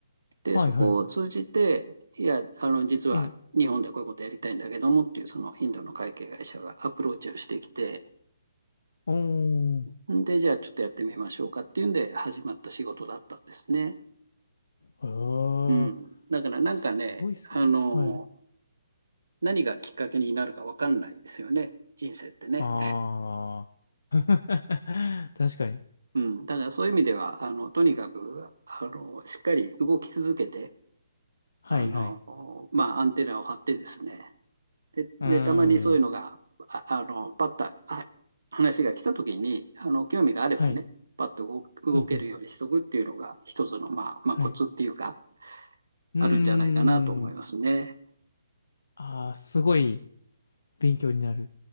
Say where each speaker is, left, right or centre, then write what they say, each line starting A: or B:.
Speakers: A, on the right (about 75°); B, on the left (about 70°).
A: で、
B: はい、
A: そこを通じて、
B: はい。
A: いや、あの、実は日本でこういうことやりたいんだけどもっていう、
B: ええ。
A: そのインドの会計会社がアプローチをしてきて、
B: おー。
A: うん。で、じゃあちょっとやってみましょうかっていうんで始まった仕事だったんですね。
B: ああ、
A: うん。だからなんかね、
B: すごいっすね。
A: あの、
B: はい。
A: 何がきっかけになるかわかんないですよね。人生ってね。
B: ああ。<laughs> 確かに。
A: うん。だからそういう意味では、あの、とにかく、あの、しっかり動き続けて、
B: はい、
A: あの、
B: はい。
A: まあ、アンテナを張ってですね、で、
B: うーん。
A: で、たまにそういうのが、あ、あの、パッとあ話が来た時に、あの、興味があればね、
B: はい。
A: パッと動動けるようにしとくっていうのが、
B: うん、うん。
A: 一つの、まあ、まあ、
B: はい。
A: コツっていうか、
B: うーん。
A: あるんじゃないかなと思いますね。
B: ああ、すごい勉強になる。